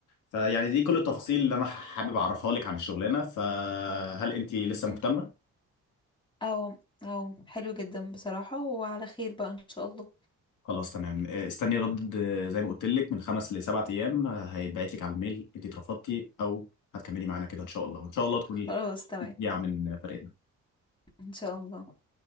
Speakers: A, on the left (about 80°); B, on the left (about 15°).
A: فيعني دي كل التفاصيل اللي انا حابب اعرفها لك عن الشغلانه فهل انت لسه مهتمه؟
B: او او حلو جدا بصراحة وعلى خير بقى ان شاء الله
A: خلاص تمام آه، استني رد آه، زي ما قلت لك من خمس لسبعة ايام آه، هيتبعت لك على الميل انت اترفضتي او هتكملي معانا كده ان شاء الله وان شاء الله تكوني
B: خلاص تمام
A: مبدعه من فريقنا
B: ان شاء الله